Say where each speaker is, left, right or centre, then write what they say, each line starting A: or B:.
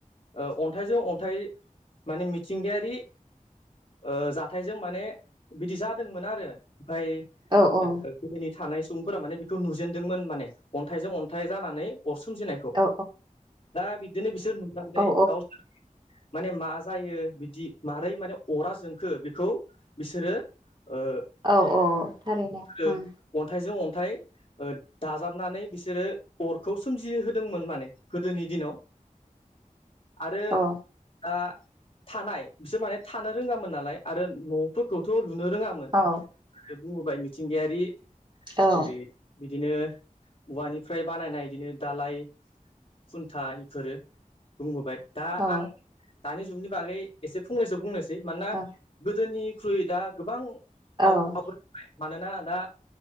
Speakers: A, on the left; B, on the right.
A: ओ अन्थाइजों अन्थाइ माने मिथिंगायारि ओ जाथायजों माने बिदि जादोंमोन आरो ओमफ्राय
B: औ औ।
A: गोदोनि थानाय सुबुंफोरा माने बेखौ नुजेनदोंमोन माने अन्थाइजों अन्थाइ जानानै अर सोमजिनाय
B: औ
A: दा बिदिनो बिसोर नुनानै
B: औ
A: गावसोर <unintelligible> माने मा जायो बिदि मारै माने अरा जोंखो बेखौ बिसोरो ओ
B: औ अ थारैनो
A: ओ
B: उम
A: अन्थाइजों अन्थाइ ओ दाजाबनानै बिसोरो अरखौ सोमजिहोदोंमोन माने गोदोनि दिनाव आरो
B: औ
A: गा थानाय बिसोर माने थानो रोङामोन नालाय आरो न'फोरखौथ' लुनो रोङामोन
B: औ
A: <unintelligible> आरो बुङोबाय मिथिंगायारि
B: औ
A: एरै बिदिनो औवानिफ्राय बानायनाय बिदिनो दालाय खुन्थाइ फोरो बुंबोबाय दा
B: औ
A: आं दानि जुगनि बागै एसे फंनैसो बुंनोसै मानोना
B: औ
A: गोदोनि ख्रुइ दा गोबां
B: औ उम
A: आवखावबाय <unintelligible> मानोना दा